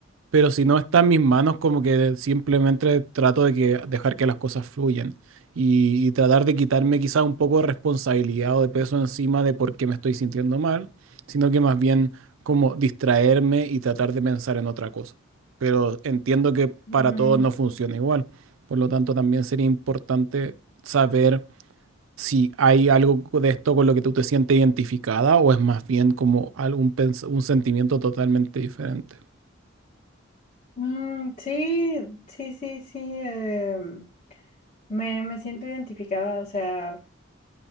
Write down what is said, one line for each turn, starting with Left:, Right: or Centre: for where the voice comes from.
Right: pero si no está en mis manos, como que simplemente trato de que, dejar que las cosas fluyan y, y tratar de quitarme quizás un poco de responsabilidad o de peso encima de por qué me estoy sintiendo mal, sino que más bien como distraerme y tratar de pensar en otra cosa. Pero entiendo que para
Left: Ujú.
Right: todos no funciona igual, por lo tanto también sería importante saber si hay algo de esto con lo que tú te sientes identificada o es más bien como algún pens- un sentimiento totalmente diferente.
Left: Mm, sí, sí, sí, sí, em, me, me siento identificada, o sea,